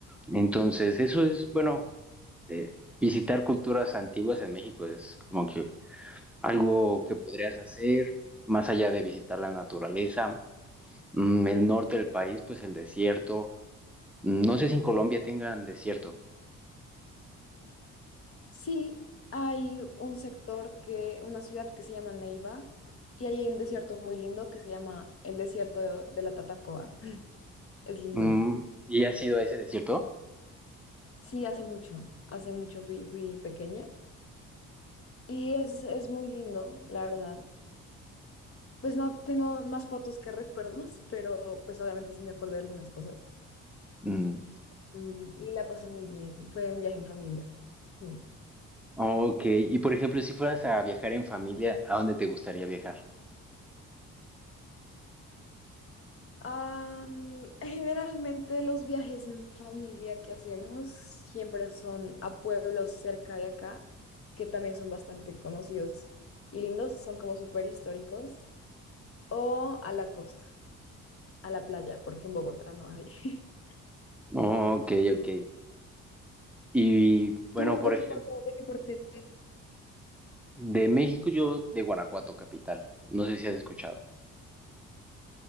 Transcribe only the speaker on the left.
Sí, hay un sector que, una ciudad que se llama Neiva y hay un desierto muy lindo que se llama el desierto de, de la Tatacoa. Es lindo.
Sí, hace mucho, hace mucho fui, fui pequeña y es, es muy lindo, la verdad. Pues no tengo más fotos que <laughs> recuerdos, pero pues obviamente sí me acuerdo de algunas cosas.
Mm, Y la pasé muy bien. Fue un viaje en familia. Mm.
Am, <laughs> generalmente los viajes en familia que hacemos siempre son a pueblos cerca de acá, que también son bastante conocidos y lindos, son como súper históricos, o a la costa, a la playa, porque en Bogotá no hay. <laughs>
¿Tú
de
qué parte, de qué parte,